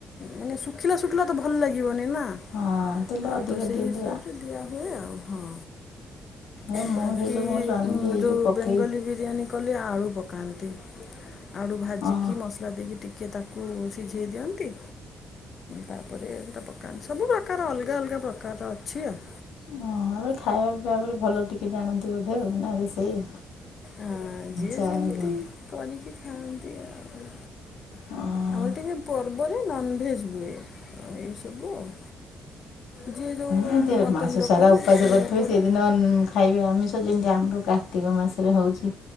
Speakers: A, on the left; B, on the left.
A: ମାନେ ଶୁଖିଲା ଶୁଖିଲା ତ ଭଲ ଲାଗିବନି ନା। ଆ
B: ହଁ ତେଲ ଅଧିକ
A: ତ ସେଇ
B: ଦିଅନ୍ତି
A: ହିସାବରେ ଦିଆ ହୁଏ ଆଉ ହଁ।
B: ଏ ମୁଁ
A: ବାକି
B: ସେଇ ଯୋଗୁଁ ମୋ ସ୍ୱାମୀକି
A: ଉଁ
B: ଏଇ
A: ଯୋଉ
B: ଯେଉଁ ପକେଇ
A: ବେଙ୍ଗଲୀ ବି ବିରିୟାନି କଲେ ଆଳୁ ପକାନ୍ତି ଆଳୁ ଭାଜିକି
B: ହଁ
A: ମସ ଦଦିଇକି ଟିକେ ତାକୁ ସିଝେଇ ଦିଅନ୍ତି ତାପରେ ହେଟା ପକାନ୍ତି ସବୁ ପ୍ରକାର ଅଲଗା ଅଲଗା ପ୍ରକାରର ଅଛି ଆଉ।
B: ମୋହର ଖାଇବା ପିଇବା ଉପରେ ଭଲ ଟିକେ ଜାଣନ୍ତି ବୋଧେ ଆଉ ନା ସେଇ
A: ଆ ଯିଏ
B: ଚା
A: ଯେମିତି
B: ଆଉ କଣ।
A: କରିକି ଖାଆନ୍ତି ଆଉ।
B: ହଁ
A: ଆମର ଟିକେ ପର୍ବରେ ନନଭେଜ୍ ହୁଏ ଏଇ ସବୁ ଆଉ। ଯିଏ ଯୋଉ
B: ହୁଁ ଏ
A: ମଟନର
B: ମାସ ସାରା
A: କରୁ
B: ଉପାସ
A: ଚିକେନର
B: କରଥିବେ
A: କରୁ।
B: ସେଇଦିନ ଖାଇବ ଆମିଷ ଯେମିତି ଆମର କାର୍ତ୍ତିକ ମାସରେ ହୋଉଚି।